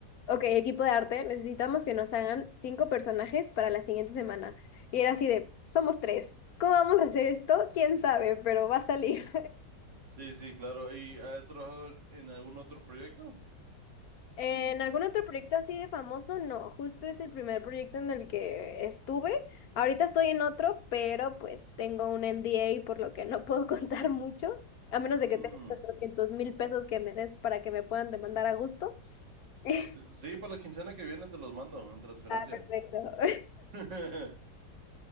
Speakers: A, on the left (about 65°); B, on the right (about 80°).
A: ok, equipo de arte, necesitamos que nos hagan cinco personajes para la siguiente semana. Y era así de, somos tres, ¿cómo vamos a hacer esto? ¿Quién sabe? Pero va a salir.
B: Sí, sí, claro. ¿Y has trabajado en en algún otro proyecto?
A: En algún otro proyecto así de famoso, no, justo es el primer proyecto en el que estuve. Ahorita estoy en otro, pero pues tengo un NDA por lo que no puedo <laughs> contar mucho, a
B: Mm.
A: menos de que tengas 400 mil pesos que me des para que me puedan demandar a gusto. <laughs>
B: Sí, sí, para la quincena que viene te los mando en transferencia.
A: Ah, perfecto. <laughs>
B: <laughs>